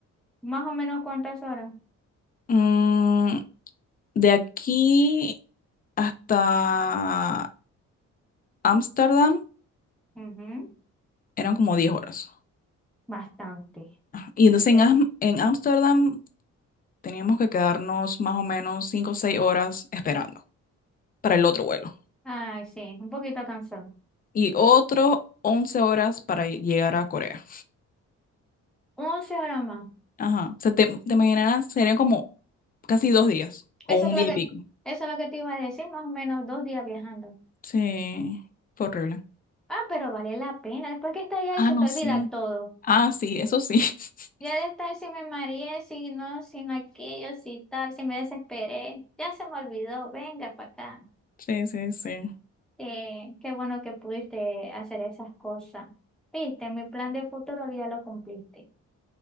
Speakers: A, in the centre; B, on the left.
A: Más o menos cuántas horas.
B: Mm, de aquí hasta Ámsterdam
A: Ujú,
B: eran como 10 horas.
A: Bastante.
B: Ajá. Y entonces
A: Sí.
B: en Am- en Ámsterdam teníamos que quedarnos más o menos cinco o 6 horas esperando para el otro vuelo.
A: Ay, sí, un poquito cansado.
B: Y otros 11 horas para llegar a Corea.
A: Once horas más.
B: Ajá. O sea, te, te imaginarás serían como casi dos días o
A: Eso
B: un
A: es lo
B: día
A: que,
B: y pico.
A: eso es lo que te iba a decir, más o menos dos días viajando.
B: Sí, fue horrible.
A: Ah, pero vale la pena. Después que estás ahí
B: Ah,
A: se
B: no,
A: te olvida
B: sí.
A: todo.
B: Ah, sí, eso sí. <laughs>
A: Ya de estar si me mareé, si no, si no aquello, si tal, si me desesperé. Ya se me olvidó. Venga para acá.
B: Sí, sí, sí.
A: Eh, qué bueno que pudiste hacer esas cosas. Viste, mi plan de futuro ya lo cumpliste.